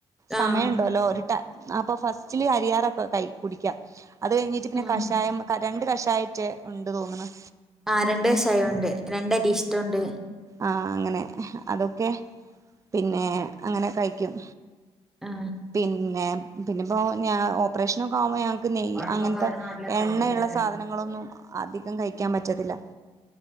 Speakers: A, on the right (about 25°); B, in the centre.
A: സമയം
B: ആഹ്
A: ഉണ്ടല്ലോ ഒരു ടൈ അപ്പൊ ഫസ്റ്റില് അരിയാറൊക്കെ കുടിക്കാ അത് കഴിഞ്ഞിട്ട് പിന്നെ
B: ആഹ്
A: കഷായം രണ്ട് കഷായട്ട് ഉണ്ട് തോന്നുന്ന്
B: ആഹ് രണ്ട് കക്ഷായം ഉണ്ട് രണ്ടരിഷ്ടം ഉണ്ട്
A: ആഹ് അങ്ങനെ അതൊക്കെ പിന്നെ അങ്ങനെ കഴിക്കും
B: ആ
A: പിന്നെ പിന്നെപ്പോ ഞൻ ഓപ്പറേഷനൊക്കെ ആവുമ്പോൾ ഞാ ക്ക് നെയ്യ്
B: കുഴമ്പൊക്കെ
A: അങ്ങനത്തെ
B: അവരുടെ നാട്ടിലെ
A: എണ്ണയുള്ള
B: ചെറുപ്പത്തിലായിട്ടുണ്ട്
A: സാധനങ്ങളൊന്നും അധികം കഴിക്കാൻ പറ്റത്തില്ല